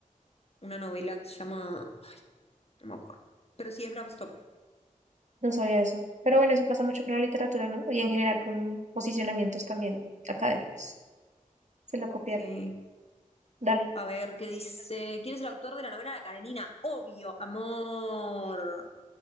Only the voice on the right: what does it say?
No sabía eso. Pero bueno, eso pasa mucho con la literatura, ¿no? Y en general con posicionamientos también académicos. Se lo copiaron.
Dale.